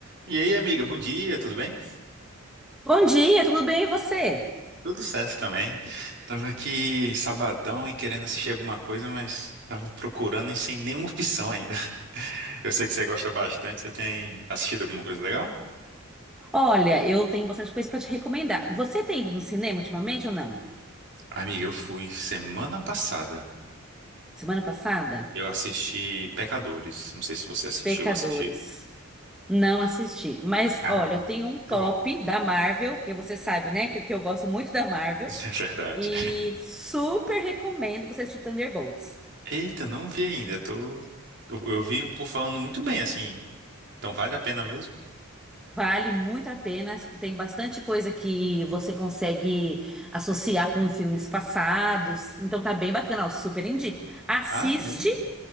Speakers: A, on the right; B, in the centre.
A: E aí, amiga, bom dia, tudo bem?
B: Bom dia, tudo bem e você?
A: Tudo certo também. Tava aqui sabadão e querendo assistir alguma coisa, mas tava procurando e sem nenhuma opção ainda. <laughs> Eu sei que você gosta bastante, você tem assistido alguma coisa legal?
B: Olha, eu tenho bastante coisa pra te recomendar. Você tem ido no cinema ultimamente ou não?
A: Amiga, eu fui semana passada.
B: Semana passada?
A: Eu assisti Pecadores. Não sei se você assi-
B: Pecadores.
A: chegou a assistir.
B: Não assisti. Mas
A: Caramba,
B: olha, eu tenho um
A: muito
B: top
A: bom.
B: da Marvel, que você sabe, né? Que, que eu gosto muito da Marvel.
A: <laughs> É verdade.
B: E super recomendo você assistir Thunderbolts.
A: <laughs> Eita, não vi ainda. Tô... Eu eu vi o povo falando muito bem, assim. Então vale a pena mesmo?
B: Vale muito a pena. Tem bastante coisa que você consegue associar com filmes passados. Então tá bem bacana, ó, super indico. Assiste
A: Ah, né?